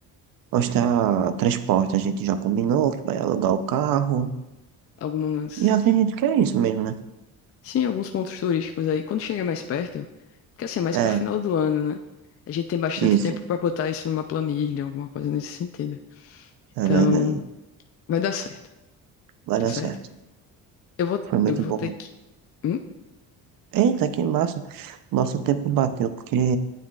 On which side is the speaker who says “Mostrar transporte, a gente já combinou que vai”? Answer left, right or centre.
Right